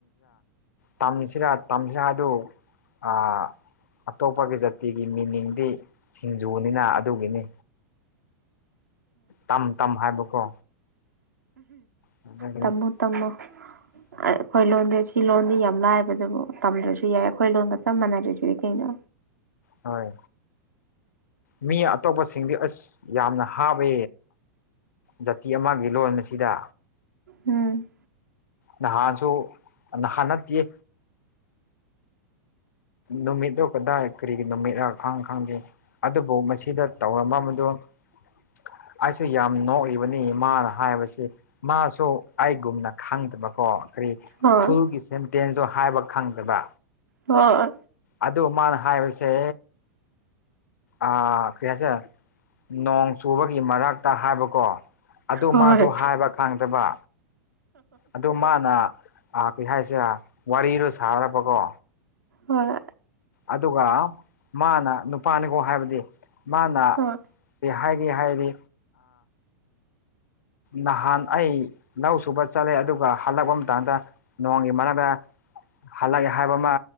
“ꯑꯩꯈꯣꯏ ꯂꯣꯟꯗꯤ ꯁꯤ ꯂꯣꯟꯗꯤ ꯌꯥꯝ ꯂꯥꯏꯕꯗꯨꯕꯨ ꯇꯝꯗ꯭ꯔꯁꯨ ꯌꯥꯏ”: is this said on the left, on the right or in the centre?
Right